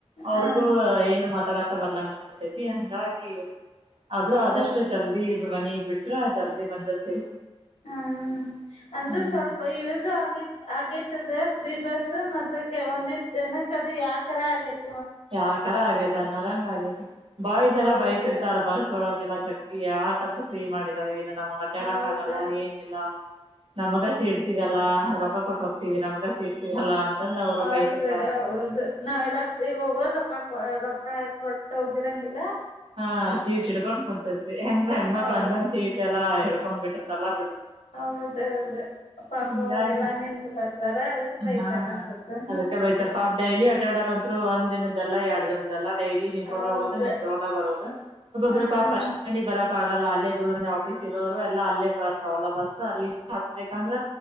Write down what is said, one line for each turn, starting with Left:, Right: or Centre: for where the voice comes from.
Right: ಅವ್ರಿಗೂ
Left: ಹ
Right: ಏನು ಮಾತಾಡಕ ಬರ್ಲಂಗ ಅತೈತಿ ಹಂಗಾಗಿ ಆದ್ರೂ ಆದಷ್ಟು
Left: ಹೌದು
Right: ಜಲ್ದಿ ಮನಿಗ್ ಬಿಟ್ರ ಜಲ್ದಿ ಬಂದಿರ್ತೇವಿ
Left: ಹ್ಮ ಅಂದ್ರೆ
Right: ಹ್ಮ್
Left: ಸ್ವಲ್ಪ ಯೂಸ್ ಆಗೇ ಆಗೇತದ ಫ್ರೀ ಬಸ್ ಮತ್ತ ಕೆಲವೊಂದ ಇಷ್ಟ ಜನಕ್ ಅದು ಯಾಕರ ಆಗೈತಿ
Right: ಯಾವಕರ ಆಗೇತಿ ಅನ್ನರಂಗ ಆಗೇತಿ ಬಾಯ್ಸ್
Left: ಹೌದು
Right: ಎಲ್ಲಾ ಬೈತಿರ್ತಾರ ಬಸ್ ಒಳಗೆಲ್ಲಾ ಚಕ್ಕಿ ಯಾಕಾದ್ರ ಫ್ರೀ ಮಾಡಿದ್ದಾರೆ ಏನು ನಮ್ಗ್ ಅಡ್ಡಾಡಕ್
Left: ಹೌದು
Right: ಆಗಲ್ಲ ಏನ ಇಲ್ಲ ನಮಗ ಸೀಟ್ ಸಿಗಲ್ಲ ಕೊಟ್ಟ ಹೋಗ್ತಿವಿ ನಮಗ ಸೀಟ್ ಸಿಗಲ್ಲ ಅಂತಂದ ಅವ್ರು
Left: ಹೌದ್ಬೀಡ
Right: ಬೈತಿರ್ತಾರ
Left: ಹೌದು ನಾವೆಲ್ಲ ಫ್ರೀ ಹೋಗ ರು ರಕ್ಕಾ ರಕ್ಕಾ ಎ ಕಟ್ಟ ಹೊಗಿರಾಂಗಿಲ್ಲಾ
Right: ಹಾ ಸೀಟ್ ಹ ಇಡ್ಕೊಂಡ್ ಕುಂತರ್ತಿ ಹೆಂದ ಹೆಣ್ಮಕ್ಳ
Left: ಅವರು
Right: ಅಂದಂದ ಸೀಟ್ ಎಲ್ಲಾ ಹಿಡ್ಕೊಂಡ್ ಬಿಟ್ಟಿರ್ತಲ್ಲ
Left: ಹೌದೌದು ಪಾಪ
Right: ಹಂಗಾಗಿ
Left: ಅವ್ರ ಎಲ್ಲಾ ನಿಂತು ಬರ್ತಾರ ಅದಕ್ಕೆ ಬೈತಾರ
Right: ಹಾ
Left: ಅನ್ಸತ್ತು
Right: ಅದಕ್ಕೆ ಬೈತಾರ ಪಾಪ್ ಡೈಲಿ ಆಡ್ಡ ಆಡಾರ ಅಂತರು ಒಂದ್ ದಿನ ಇದೆಲ್ಲ ಎರ್ದೇದೆಲ್ಲ ಡೈಲಿ ನೀನ್ಕಡ
Left: ಹೌದು
Right: ಹೋಗುದು ನೀನ್ ತಗೊಂಡ ಒಬ್ಬೊಬ್ಬ್ರ
Left: ಹ್ಮ್
Right: ಪಾಪ್ ಬಸ್ಟಂಡಿಗೆ ಬರಕ್ಕಗಲ್ಲ ಅಲ್ಲೇ ದೂರಿನ ಆಫೀಸ್ ಇರೋರು ಎಲ್ಲ ಅಲ್ಲೇ ಬರ್ತಾವಲ್ಲ ಬಸ್ ಸರಿ ಹತ್ಬೇಕಂದ್ರ